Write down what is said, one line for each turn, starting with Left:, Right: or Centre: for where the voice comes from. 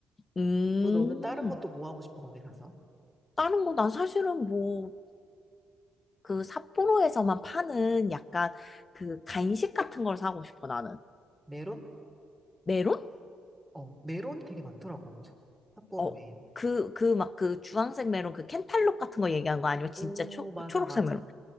Left: 음.
Centre: 뭐, 너는 다른 것도 뭐 하고 싶어, 거기 가서?
Left: 다른 거, 난 사실은 뭐, 그 삿포로에서만 파는 약간 그 간식 같은 걸 사고 싶어, 나는.
Centre: 메론?
Left: 메론?
Centre: 어, 메론이 되게 많더라고. 삿- 삿포로에.
Left: 어, 그, 그 막 그 주황색 메론, 그 캔탈록 같은 거 얘기한 거 아니면 진짜
Centre: 오,
Left: 초,
Centre: 맞아,
Left: 초록색
Centre: 맞아.
Left: 메론?